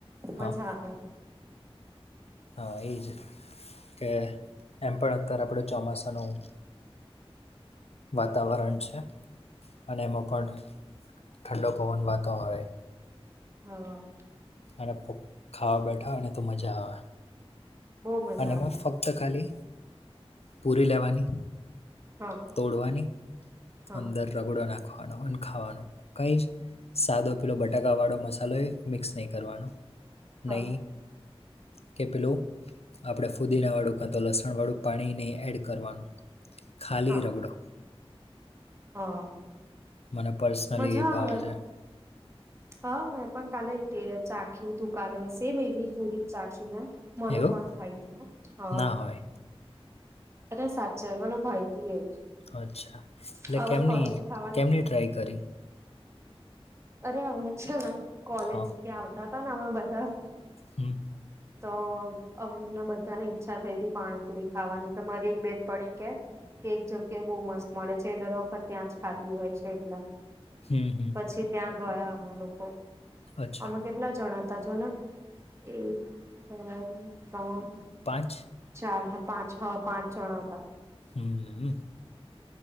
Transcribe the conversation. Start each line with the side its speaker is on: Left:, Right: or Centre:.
Left: હા
Right: મજા આવે.
Left: હા ઈ જ કે એમ પણ અત્યારે આપણે ચોમાસા માં વાતાવરણ છે અને એમાં પણ ઠંડો પવન વાતો હોય
Right: હા.
Left: અને ખૂબ ખાવા બેઠા અને તો મજા આવે.
Right: બહુ મજા
Left: અને એમાં
Right: આવે
Left: ફક્ત ખાલી પૂરી લેવાની
Right: હા
Left: તોડવાની
Right: હા
Left: અંદર રગડો નાખવાનો અને ખાવાની કઈ જ સાદો પેલો બટાકાવાળો મસાલો એ મિક્સ નય કરવાનો નય
Right: હા
Left: કે પેલું આપણે ફુદીનાવાળું કા તો લસણવાળું પાણી નય એડ કરવાનું ખાલી
Right: હા
Left: રગડો
Right: હા
Left: મને પર્સનલી
Right: મજા
Left: એ ભાવે
Right: આવે.
Left: છે <unintelligible>
Right: હા મેં પણ કાલે તે ચાખ્યું તું કાલે સેમ એવી પૂરી ચાખીને મને
Left: એવું
Right: પણ ભાવતી ને હા.
Left: ના હોય
Right: અરે સાચે મને ભાઈતી એ
Left: અચ્છા એટલે
Right: હવે
Left: કેમની
Right: ફરી ખાવાનું
Left: કેમની ટ્રાય કરી.
Right: અરે અમે છે ને કોલેજ
Left: હા
Right: થી આવતા હતા ને અમે બધા
Left: હમ
Right: તો અમને બધાને ઈચ્છા થઈ હતી પાણીપુરી ખાવાની તો મારી એક બેનપણી કેય કે એક જગ્યાએ બો મસ્ત મળે છે દર વખત ત્યાં જ ખાતી હોય છે એટલે
Left: હમમ હમમ.
Right: પછી ત્યાં ગયા અમે લોકો
Left: અચ્છા
Right: અમે તો કેટલા જણા હતા જોને એક, બે, ત્રણ
Left: પાંચ
Right: ચાર ને પાંચ હા પાંચ જણા હતા.
Left: હમમ અ.